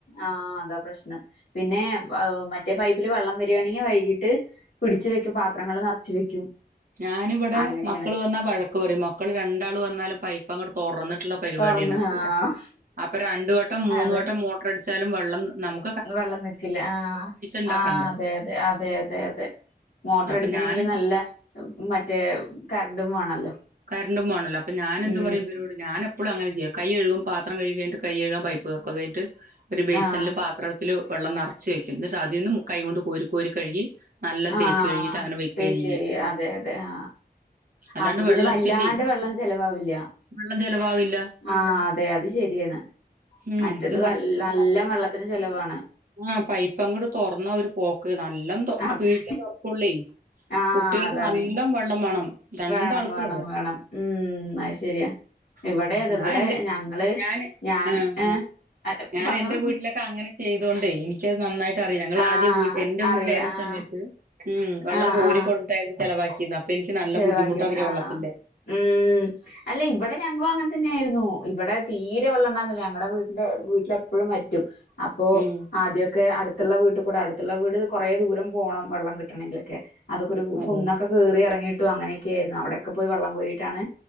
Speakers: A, on the left; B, on the right.
A: ആഹ അതാ പ്രശ്നം പിന്നെ മറ്റേ പൈപ്പില് വെള്ളം വരിയാണെങ്കിൽ വൈകീട്ട് പിടിച്ച് വെക്കും പാത്രങ്ങൾ നിറച്ചു വെക്കും
B: ഞാനിവിടെ
A: അങ്ങനെയാണ്
B: മക്കള് വന്നാ വഴക്ക പറയും മക്കള് രണ്ടാൾ വന്നാലും പൈപ്പ അങ്ങോട്ട് തുറന്നിട്ടുള്ള പരിപാടിയാണ്
A: തുറന്ന് ആഹ്
B: അപ്പൊ രണ്ട വട്ടം മൂന്ന
A: അതെ
B: വട്ടം മോട്ടർടിച്ചാലും വെള്ളം നമു
A: വെള്ളം നക്കില്ല ആ
B: ഉണ്ടാക്കണ്ടേ
A: ആഹ അതെതെ അതെ അതെ അതെ മോട്ടർ
B: അപ്പൊ
A: അടിക്കണമെങ്കില്
B: ഞാന്
A: നല്ല മറ്റേ കറണ്ടും വേണല്ലോ
B: കരണ്ടുംമാണല്ലോ അപ്പ ഞാൻ എന്ത്
A: ഉം
B: പറയും ഇവരോട് ഞാന ഇപ്പോഴ അങ്ങനെ ചെയ്യുക കൈഴുക്പ പാത്രം കഴിഞ്ഞ് കഴുക്പ പൈപ്പ്റക്ക കഴഞ്ഞട്ട് ഒരു ബായ്സനില്
A: ആഹ്
B: പാത്രം അതില് വെള്ളം നിറച്ച് വെക്കും എന്നിട്ട് അതിൽന്നന്ന് മു കൈക കൊണ്ട് കോരി കോരി കഴുകി നല്ലോം
A: ആഹ
B: തേച്ച് കഴുകിയിട്ട് അങ്ങനെ വെക്കാ
A: തേച്ചരി
B: ചെയ്യാ.
A: അതെ അതെ ആ
B: അല്ലാണ്ട്
A: ആ അപ്പൊ പിന്നെ
B: വെള്ളത്തില്ലേ
A: ഇല്ലാണ്ട് വെള്ളം ചെലവാവില്ല
B: വെള്ളം ചെലവാവില്ല.
A: ആഹ അതെ അത് ശരിയാണ്
B: ഉം
A: മറ്റത്
B: ഇത്
A: വല്ല നല്ല വെള്ളത്തിന് ചെലവാണ്
B: ആഹ പൈപ്പ അങ്ങോട്ട് തുറന്ന ഒരുര് പോക്ക് നല്ല
A: അതെ
B: സ്പീഡില് തുറക്കുള്ളി
A: ആഹ്
B: കുട്ടികൾക്ക്
A: അതാണ്
B: നല്ല വെള്ളം വേണം രണ്ടാൾക്കും
A: വേണം വേണം
B: അതെ
A: വേണം ഉം അത് ശരിയാ
B: ഉം
A: ഇവിടെ അത്
B: ഞാൻ
A: ഇവിടെ
B: എന്റെ
A: ഞങ്ങള്
B: ഞാന്
A: ഞാന്
B: ആ ഞാ
A: ഏ അ
B: ഞാൻ
A: പറഞ്ഞോള
B: എന്റെ വീട്ടിലൊക്കെ അങ്ങനെ ചെയ്തോണ്ടേ ഇനി ക്കത് നന്നായിട്ട് അറിയാം ഞങ്ങൾ
A: ആഹ്
B: ആദ്യ എന്റെ
A: അറിയാ
B: വീട്ടിലായിരുന്ന സമയത്ത്
A: ആഹ്
B: ഉ വെള്ളം
A: ആഹ്
B: കോരിക്ക
A: ആഹ്
B: ചെിലവാക്കി അപ്പൊനിക്ക് നല്ല
A: ചെലവാക്കിന്ന്
B: ബുദ്ധിമുട്ടറിയാം
A: ആഹ്
B: വെള്ളത്തിന്റെ
A: ഉം അല്ല ഇവിടെ അ ഞങ്ങളും അങ്ങനെ തന്നെയ ആയിരുന്നു ഇവിടെ തീരെ വെള്ളംണ്ടായിന്നില്ല ഞങ്ങളടെ വീടിന്റെ വീട്ടിലെപ്പോഴും പറ്റും അപ്പോ
B: ഉം
A: ആദ്യക്കെ അടു അടുത്തുള്ള വീട്ടിൽ കൂടെ അടുത്തുള്ള വീട് കുറെേ ദൂരം പോകണം വെള്ളം കിട്ടണെങ്കിലൊക്കെ അതൊക്കൊ ഒരു
B: അതെല്ലേ
A: കുന്നൊക്കെ ക കേറി ഇറങ്ങിയിട്ടും അങ്ങനെയൊക്കെ ആയിരുന്നു അവിടെയൊക്കെ പോയി വെള്ളം കോയിട്ടാണ്